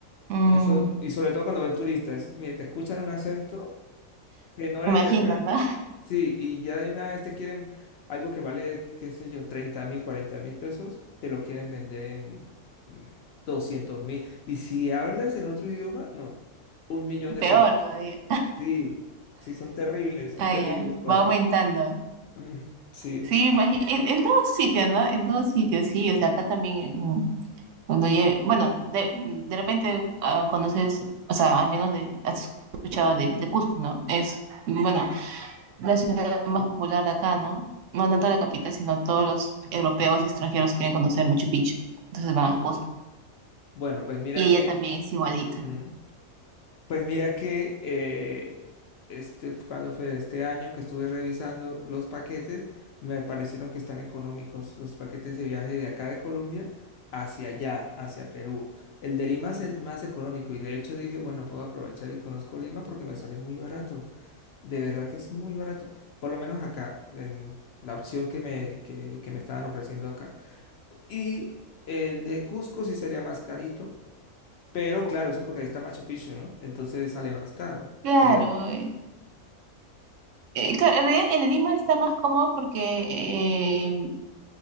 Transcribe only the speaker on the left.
Eso, y sobre todo cuando ven turistas, es- mire, te escuchan un acento que no
eres
de acá.
Sí, y ya de una vez te quieren algo que vale, qué sé yo, treinta mil, cuarenta mil pesos, te lo quieren vender en mm, doscientos mil. Y si hablas en otro idioma, no, un millón
de
pesos.
Sí, sí, son terribles, son
terribles
por
allá.
Mm, sí,
bueno, pues mira
que,
ujú. Pues mira que eh, este, cuando fue este año que estuve revisando los paquetes, me parecieron que están económicos los paquetes de viaje de acá de Colombia hacia allá, hacia Perú. El de Lima es el más económico y de hecho dije, bueno, puedo aprovechar y conozco Lima porque me sale muy barato. De verdad que es muy barato, por lo menos acá, en la opción que me, que que me estaban ofreciendo acá. Y el de Cusco sí salía más carito. Pero claro, eso porque ahí está Machu Picchu, ¿no? Entonces sale más caro.
Pero